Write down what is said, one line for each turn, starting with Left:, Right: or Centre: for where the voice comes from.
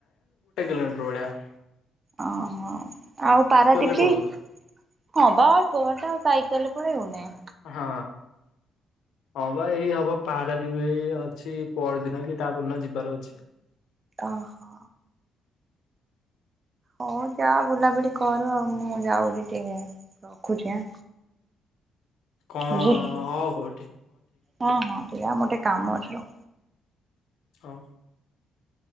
Left: ରଳ <unintelligible>
Right: ଓହୋ, ଆଉ ପାରାଦୀପ
Left: ରେ
Right: କି--?
Left: ପଳଉଛୁ
Right: ହଁ ବା, ଅଳ୍ପ ବାଟ ଆଉ ସାଇକେଲରେ ପଳେଇବୁନି ।
Left: ହଁ, ହଁ ବା, ଏଇ ହବ ପାରାଦୀପ ଏଇ ଅଛି, ପରଦିନ କି ତାପର ଦିନ ଯିବାର ଅଛି ।
Right: ହ ହୋ ହଉ ଯା ବୁଲାବୁଲି କର, ଆଉ ମୁଁ ଯାଉଛି ଟିକେ ରଖୁଛି
Left: କଣ
Right: ବୁଝିଲୁ।
Left: ଆ <unintelligible>
Right: ହଁ ହଁ ମୋର ଟିକେ କାମ ଅଛି, ର
Left: ହଁ।